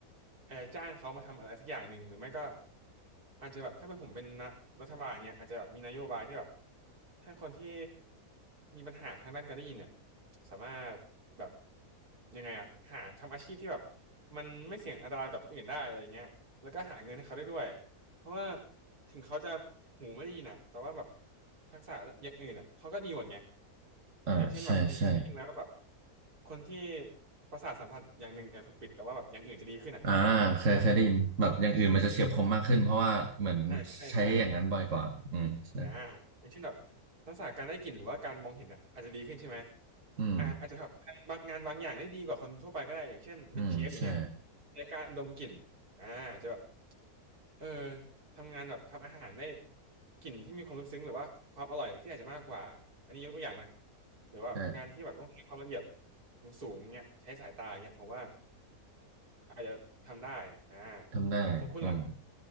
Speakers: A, on the right (about 80°); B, on the right (about 55°).
A: เออจ้างเขามาทำอะไรสักอย่างหนึ่ง หรือไม่ก็อาจจะแบบถ้าเป็นผมเป็นนะรัฐบาลเนี่ยอาจจะแบบมีนโยบายที่แบบให้คนที่มีปัญหาทางด้านการได้ยินเนี่ยสามารถแบบยังไงอะหาทำอาชีพที่แบบมันไม่เสี่ยงอันตรายต่อคนอื่นได้อะไรเงี้ยแล้วก็หาเงินให้เขาได้ด้วย เพราะว่าถึงเขาจะหูไม่ไดีนอ่ะแต่ว่าแบบทักษะอย่างอื่นอ่ะเขาก็ดีหมดไง
B: อ่าใช่ใช่
A: อย่างเช่นแบบคุณเคยได้ยินไหมว่าแบบคนที่ประสาทสัมผัสอย่างหนึ่งอะถูกปิดแต่ว่าแบบอย่างอื่นจะดีขึ้นอ่ะ
B: อ่าเคยเคยได้ยินแบบอย่างอื่นมันจะเฉียบคมมากขึ้นเพราะว่าเหมือน
A: อ่าคืออ่าใช่ใช่
B: ใช้อย่างนั้นบ่อยกว่าอืมใช่
A: อ่าอย่างเช่นแบบทักษะการได้กลิ่นหรือว่าการมองเห็นอ่ะอาจจะดีขึ้นใช่ไหม
B: อืม
A: อ่าอาจจะแบบทำบางงานบางอย่างได้ดีกว่าคนทั่วไปก็ได้อย่างเช่นเป็นเชฟอย่างเงี้ย
B: อืมใช่
A: ในการดมกลิ่นอ่าอาจจะแบบเออทำงานแบบทำอาหารได้กลิ่นที่มีความลึกซึ้งหรือว่าความอร่อยที่อาจจะมากกว่าอันนี้ยกตัวอย่างนะหรือว่างานที่แบบต้องใช้ความละเอียด
B: ใช่
A: สูงๆเนี่ยใช้สายตาเนี่ยผมว่าอาจจะทำได้อ่า
B: ทำได้อืม
A: ของคุณล่ะ